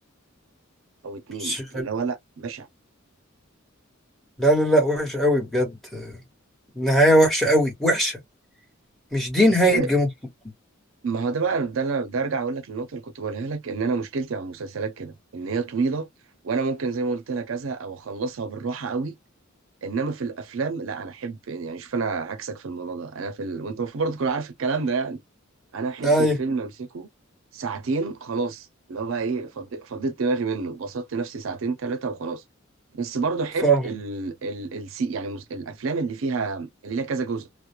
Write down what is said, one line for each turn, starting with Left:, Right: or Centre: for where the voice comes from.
Right: او اتنين
Centre: مش-
Right: اللي هو لا بشع
Centre: لا لا لا وحش قوي بجد آه، نهايه وحشه قوي وحشه مش دي نهاية
Right: بس ده
Centre: جيم اوف ثرونز.
Right: ما هو ده بقى ده أنا- ده ارجع اقول لك النقطه اللي كنت بقولها لك ان انا مشكلتي مع المسلسلات كده ان هي طويله وانا ممكن زي ما قلت لك ازهق او اخلصها بالراحه قوي انما في الافلام لا انا احب يعني شوف انا عكسك في الموضوع ده انا في ال... وانت المفروض برضه تكون عارف الكلام ده يعني انا احب
Centre: ايوه
Right: الفيلم امسكه ساعتين خلاص اللي هو بقى ايه فض... فضيت دماغي منه بسطت نفسي ساعتين ثلاثه وخلاص بس برضه احب
Centre: فاهم
Right: ال... ال... السي... يعني مس- الافلام اللي فيها اللي ليها كذا جزء